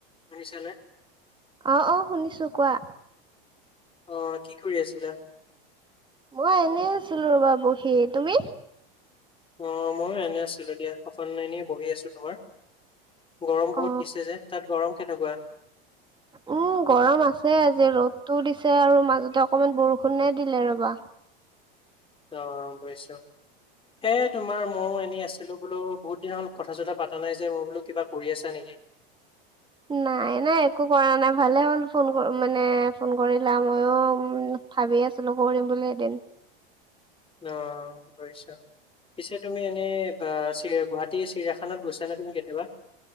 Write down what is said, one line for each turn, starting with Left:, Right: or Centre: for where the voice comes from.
Left: শুনিছা নে।
Right: অ', অ', শুনিছো কোৱা।
Left: অ', কি কৰি আছিলা?
Right: মই এনে আছিলো ৰ'বা বহি, তুমি?
Left: অ', মইয়ো এনে আছিলো দিয়া, অকন এনে বহি আছোঁ তোমাৰ। গৰম বহুত
Right: অ
Left: দিছে যে, তাত গৰম কেনেকুৱা?
Right: উম, গৰম আছে আজি, ৰ'দটো দিছে আৰু, মাজতে অকমান বৰষুণে দিলে ৰ'বা।
Left: অ', বুজিছোঁ। এই তোমাৰ ময়ো এনেই আছিলোঁ বোলো, বহুত দিন হ'ল কথা-চথা পতা নাই যে, মই বোলো কিবা কৰি আছা নেকি।
Right: নাই, নাই একো কৰা নাই, ভালে হ'ল ফোন মানে ফোন কৰিলা মইও উম। ভাবি আছিলো কৰিম বুলি এদিন।
Left: অ', বুজিছোঁ। পিছে তুমি এনে, চি গুৱাহাটী চিৰিয়াখানাত গৈছা নে তুমি কেতিয়াবা?